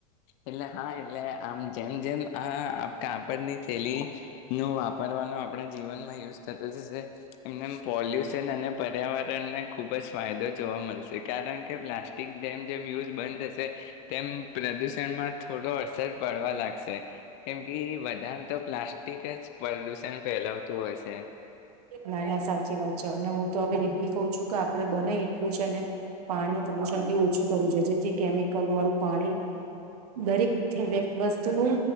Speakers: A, on the left (about 50°); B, on the right (about 85°).
A: એટલે હા એટલે આમ જેમ જેમ આ કાપડની થેલીનો વાપરવાનો આપણા જીવનમાં યુઝ થતો જશે એમને પોલ્યુશન અને પર્યાવરણને ખુબજ ફાયદો જોવા મળશે કારણ કે પ્લાસ્ટિક જેમ જેમ યુઝ બંધ થશે તેમ પ્રદુષ તેમાં થોડો અસર પડવા લાગશે કેમ કે વધારે તો પ્લાસ્ટિક જ પ્રદુષણ ફેલાવતું હોય છે.
B: ના ના સાચી વાત છે અને હું તો હવે એ બી કઉ છું કે આપડે બને એટલું છે ને પાણીનું પ્રદુષણ બી ઓછું કરવું જો જેથી કેમિકલ વાળું પાણી દરેક વસ્તુનું